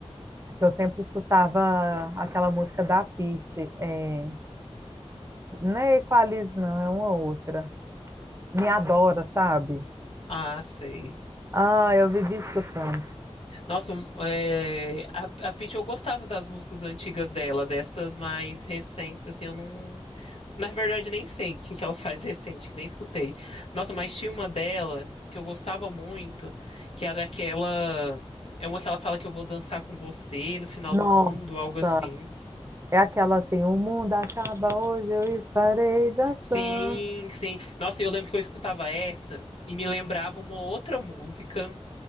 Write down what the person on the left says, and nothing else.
ah, sei.
Nossa, um, é, a, a Pitty, eu gostava das músicas antigas dela, dessas mais recentes, assim, eu não. Na verdade, nem sei o que que ela faz recente, que nem escutei. Nossa, mas tinha uma dela que eu gostava muito, que era aquela. É uma que ela fala que eu vou dançar com você no final
do mundo, algo assim.
Sim, sim. Nossa, e eu lembro que eu escutava essa e me lembrava uma outra música,